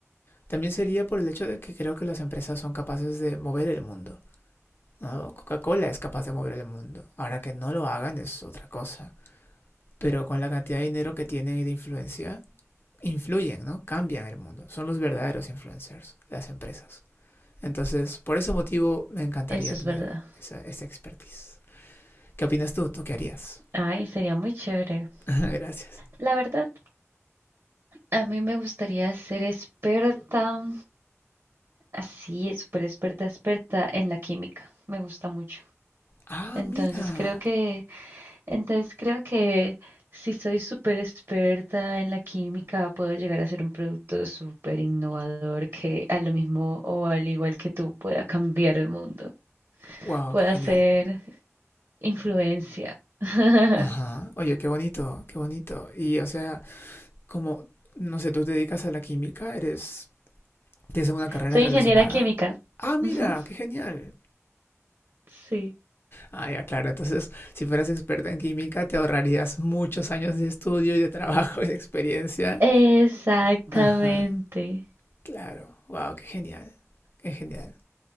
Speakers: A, on the left; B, on the right.
A: También sería por el hecho de que creo que las empresas son capaces de mover el mundo. ¿no? Coca-Cola es capaz de mover el mundo. Ahora que no lo hagan es otra cosa. Pero con la cantidad de dinero que tienen y de influencia, influyen, ¿no? Cambian el mundo. Son los verdaderos influencers, las empresas. Entonces, por ese motivo, me encantaría
B: Eso es
A: tener
B: verdad.
A: esa, esa expertise. ¿Qué opinas tú? ¿Tú qué harías?
B: Ay, sería muy chévere.
A: <laughs> Gracias.
B: La verdad, a mí me gustaría ser experta, así, súper experta, experta en la química. Me gusta mucho.
A: Ah,
B: Entonces
A: mira.
B: creo que Entonces creo que si soy súper experta en la química, puedo llegar a ser un producto súper innovador que a lo mismo o al igual que tú pueda cambiar el mundo,
A: Wow,
B: pueda
A: qué genial.
B: ser influencia. <laughs>
A: Ajá. Oye, qué bonito, qué bonito. Y, o sea, como, no sé, tú te dedicas a la química, eres, tienes una carrera
B: Soy
A: relacionada.
B: ingeniera química.
A: Ah, mira,
B: Ujú,
A: qué genial.
B: Sí,
A: Ah, ya, claro. Entonces, si fueras experta en química, te ahorrarías muchos años de estudio y de trabajo <laughs> y de experiencia.
B: exactamente.
A: Ajá, claro. Wow, qué genial. Qué genial.